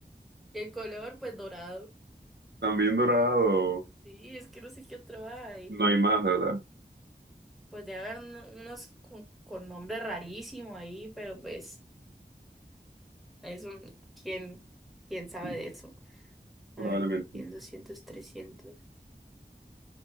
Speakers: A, in the centre; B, on the right.
A: Y el color, pues dorado.
B: También dorado.
A: Sí, es que no sé qué otro hay.
B: No hay más, ¿verdad?
A: Pues ya hagan unos con, con nombre rarísimo ahí, pero pues, eso, ¿quién, quién sabe
B: <laughs>
A: de eso? A
B: Probablemente.
A: ver, 100, doscientos trescientos